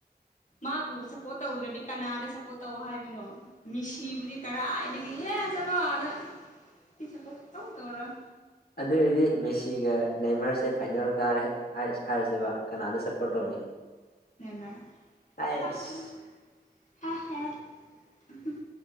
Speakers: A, on the left; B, on the left.
A: ꯃꯥꯕꯨ ꯁꯞꯄꯣꯔꯠ ꯇꯧꯗ꯭ꯔꯗꯤ ꯀꯅꯥꯗ ꯁꯞꯄꯣꯔꯠ ꯇꯧ ꯍꯥꯏꯕꯅꯣ ꯃꯤꯁꯤꯕꯨꯗꯤ ꯀꯔꯥꯏꯗꯒꯤ ꯀꯤꯍꯦ ꯆꯠꯂꯣ ꯑꯥꯗ ꯑꯩ ꯁꯞꯄꯣꯔꯠ ꯁꯨꯛꯇꯧ ꯇꯧꯔꯣꯏ
B: ꯑꯗꯨ ꯑꯣꯏꯗꯤ ꯃꯦꯁꯤꯒ ꯅꯏꯃꯔꯁꯦ ꯐꯥꯏꯅꯦꯜ ꯇꯥꯔꯦ ꯍꯥꯏꯔꯤꯁꯦꯕ ꯀꯅꯥꯗ ꯁꯞꯄꯣꯔꯠ ꯇꯧꯅꯤ
A: ꯅꯦꯃꯥꯔ
B: ꯑꯩꯁ
A: <unintelligible> <unintelligible>